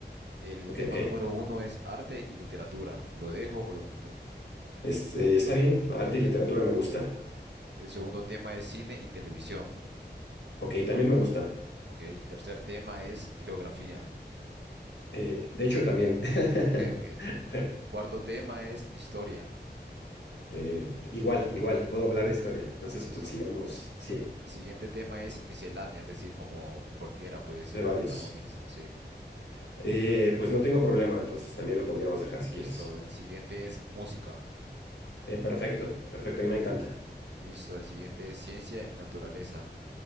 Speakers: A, on the right (about 75°); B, on the left (about 75°).
A: El
B: ok,
A: tema
B: ok.
A: número uno es arte y literatura. ¿Lo dejo o lo quito?
B: Este, está bien, arte y literatura me gusta.
A: Ok. El segundo tema es cine y televisión.
B: Ok, también me gusta.
A: Ok. Tercer tema es geografía.
B: Eh, de hecho, también. <laughs>
A: Ok, ok. Cuarto tema es historia.
B: Eh, igual, igual, puedo hablar de historia. Entonces,
A: Listo.
B: pues sigamos, sí,
A: El siguiente tema es miscelánea, es decir, como cualquiera puede ser
B: de varios.
A: algo mixto, sí.
B: Eh, pues no tengo problema, entonces también lo podríamos dejar si
A: Listo,
B: quieres.
A: el siguiente es música.
B: Eh, perfecto, perfecto, a mí me encanta.
A: Listo, el siguiente es ciencia y naturaleza.